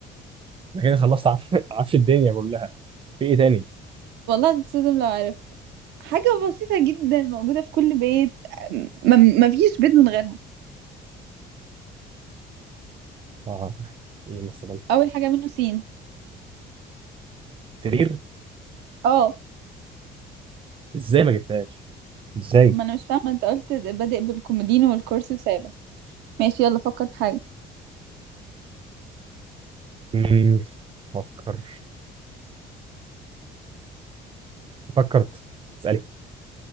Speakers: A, on the right; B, on the right.
A: انا كده خلصت عف... <laughs> عفش الدنيا كلها في ايه تاني
B: والله هتتصدم لو عرفت حاجة بسيطة جدا موجودة في كل بيت ما ما فيش بيت من غيرها
A: اه ايه مثلا
B: أول حاجة منه سين
A: سرير
B: اه
A: ازاي ما جبتهاش ازاي
B: ما أنا مش فاهمة أنت قلت بادئ بالكومودينو والكرسي وسابة ماشي يلا فكر في حاجة
A: مم. فكر فكرت اسألي